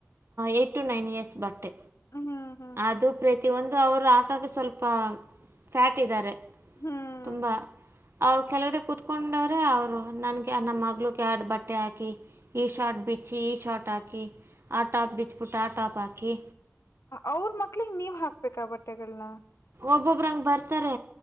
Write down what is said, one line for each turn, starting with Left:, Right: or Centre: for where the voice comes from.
Right: ಎಯ್ಟ್ ಟು ನೈನ್ ಇಯರ್ಸ್ ಬಟ್ಟೆ.
Left: ಹ್ಮ್ ಹ್ಮ್ ಹ್ಮ್
Right: ಅದು ಪ್ರತಿಯೊಂದು ಅವರು ಆಕಾಗ ಸ್ವಲ್ಪ ಫ್ಯಾಟ್ ಇದಾರೆ.
Left: ಹ್ಮ್
Right: ತುಂಬಾ ಅವ್ರು ಕೆಳಗಡೆ ಕೂತ್ಕೊಂಡವ್ರೆ ಅವರು ನನಗೆ ನಮ್ಮ್ ಮಗಳಿಗೆ ಆಡು ಬಟ್ಟೆ ಹಾಕಿ. ಈ ಶಾರ್ಟ್ ಬಿಚ್ಚಿ ಈ ಶಾರ್ಟ್ ಹಾಕಿ ಆ ಟಾಪ್ ಬಿಚ್ಬಿಟ್ಟು ಆ ಟಾಪ್ ಹಾಕಿ.
Left: ಅವ್ರ ಮಕ್ಳಿಗ್ ನೀವು ಹಾಕ್ಬೇಕಾ ಬಟ್ಟೆಗಳನ್ನ.
Right: ಒಬ್ಬೊಬ್ಬ್ರ ಹಂಗ್ ಬರ್ತಾರೆ